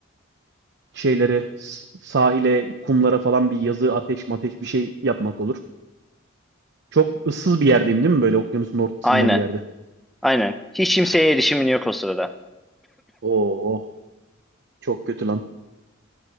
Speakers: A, on the right; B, in the centre.
A: şeylere s- sahile, kumlara falan bir yazı, ateş mateş bir şey yapmak olur. Çok ıssız bir yerdeyim değil mi? Böyle okyanusun ortasında
B: Aynen.
A: bir yerde.
B: Aynen. Hiç kimseye erişimin yok o sırada.
A: Oo, çok kötü lan.